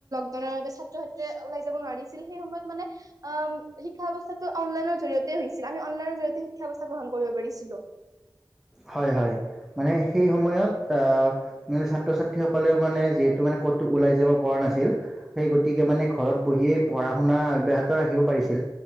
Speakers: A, on the right; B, in the centre.
A: বাবে ছাত্ৰ ছাত্ৰীয়ে ওলাই যাব নোৱাৰিছিল সেই সময়ত মানে আ' শিক্ষা ব্যৱস্থাটো অনলাইনৰ জৰিয়তে হৈছিল আমি অনলাইনৰ জৰিয়তে শিক্ষা্ৱস্থা গ্ৰহণ কৰিব পাৰিছিলো।
B: হয় হয়। মানে সেইসময়ত আ মানে ছাত্ৰ ছাত্ৰীসকলে মানে যিহেতু ক'তো ওলাই যাব পৰা নাছিল সেই গতিকে মানে ঘৰত বহিয়ে পঢ়া শুনা অব্যাহত ৰাখিব পাৰছিল